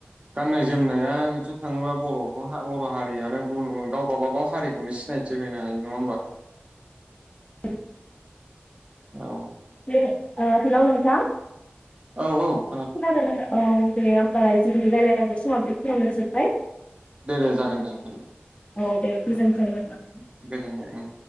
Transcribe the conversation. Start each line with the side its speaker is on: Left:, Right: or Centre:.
Right: गाननाय जोमनायाथ' थाङोबा बर'खौ हा बर' हारियानो गुबुन गुबुन गाव गावबा गाव हारि बो सिना थि होनो हायो नङा होमबा
Left: <unintelligible>
Right: औ
Left: हे ओ हेल' नोंथां
Right: औ औ
Left: खोनादों ना दा औ दे होमबालाय जोंनि रायलायनांगौ समाबो बेखिनियावनो जोब्बाय
Right: दे दे जागोन दे नोंथां दे
Left: औ दे गोजोन्थों
Right: उम
Left: नोंथां
Right: उम उम गोजोनबाय